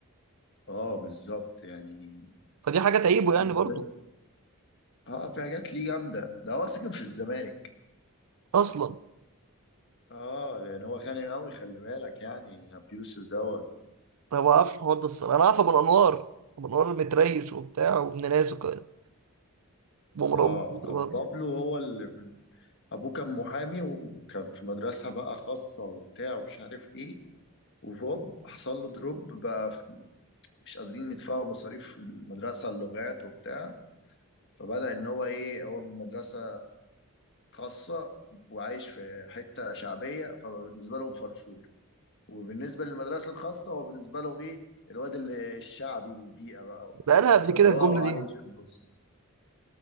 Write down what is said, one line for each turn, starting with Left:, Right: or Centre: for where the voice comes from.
Left: اه بالظبط يعني
Right: فدي حاجه تعيبه يعني
Left: بس-
Right: برضو
Left: اه في حاجات ليه جامده ده هو ساكن في الزمالك
Right: اصلا
Left: اه يعني هو غني قوي خلي بالك يعني ابو يوسف دوت
Right: انا ما بعرفش الحوار ده الصراحه انا عارف ابو الانوار ابو الانوار متريش وبتاع وابن ناس وكده ومرام
Left: اه
Right: برضه
Left: أبو بابلو هو اللي ابوه كان محامي وكان في مدرسة بقى خاصة وبتاع ومش عارف ايه وفوب حصل له دروب بقى في- مش قادرين يدفعوا مصاريف المدرسة اللغات وبتاع فبدأ ان هو ايه هو من مدرسة خاصة وعايش في حتة شعبية فبالنسبة لهم فرفور وبالنسبة للمدرسة الخاصة هو بالنسبة لهم ايه الواد اللي الشعبي البيئة بقى وبتاع
Right: ده قالها قبل
Left: فاللي
Right: كده الجمله
Left: هو هو
Right: دي
Left: عايش في النص